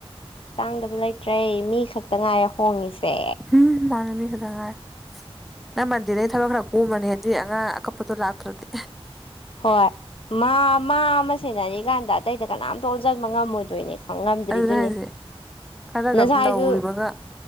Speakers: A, on the left; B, in the centre.
A: ꯇꯥꯡꯗꯕ ꯂꯩꯇ꯭ꯔꯦ ꯃꯤ ꯈꯛꯇ ꯉꯥꯏꯔꯦ ꯍꯣꯡꯉꯁꯦ
B: ꯎ ꯃꯥꯃꯤ ꯊꯖꯉꯥꯏ ꯅ ꯃꯗꯤꯔ ꯊꯕꯛ ꯈꯔ ꯎꯃꯅꯦꯗꯤ ꯑꯉꯥꯡ ꯑꯀꯞꯄꯗꯣ ꯂꯥꯛꯇ꯭ꯔꯗꯤ
A: ꯍꯣꯏ ꯃꯥ ꯃꯥ ꯑꯃ ꯁꯦꯟꯅꯔꯤꯀꯥꯟꯗ ꯑꯇꯩꯗ ꯀꯅꯥꯝꯇ ꯑꯣꯟꯁꯤꯟꯕ ꯉꯝꯃꯣꯏꯗꯣꯏꯅꯦ ꯈꯪ ꯉꯝꯗ꯭ꯔꯤꯗꯨꯅꯤ
B: ꯑꯗꯨꯅ ꯍꯥꯏꯁꯦ ꯈꯔꯒ
A: ꯉꯁꯥꯏꯥꯏꯁꯨ
B: ꯅꯧꯔꯤꯕꯒ